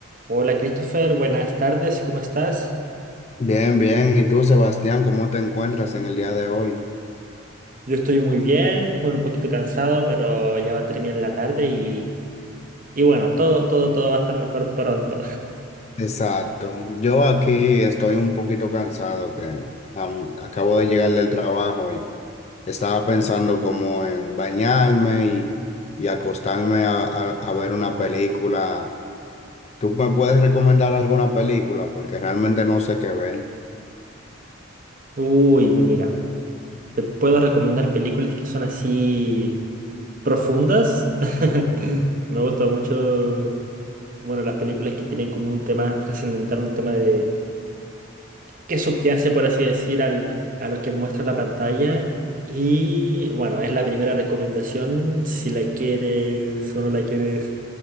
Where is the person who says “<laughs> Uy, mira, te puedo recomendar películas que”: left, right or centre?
Right